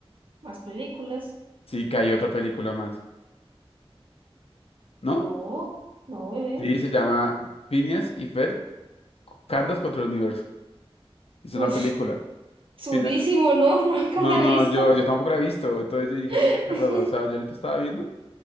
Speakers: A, on the right; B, on the left.
A: más películas.
B: Sí, que hay otra película más. ¿No?
A: No, no, bebé.
B: Sí, se llama Phineas y Ferb, Candas contra el Universo. Es una
A: Uf,
B: película.
A: surísimo,
B: Phineas-
A: no, <laughs> nunca
B: No,
A: la
B: no,
A: he visto.
B: yo, yo tampoco la he visto. Entonces yo dije,
A: <laughs>
B: uy, qué raro. O sea, yo ahorita estaba viendo.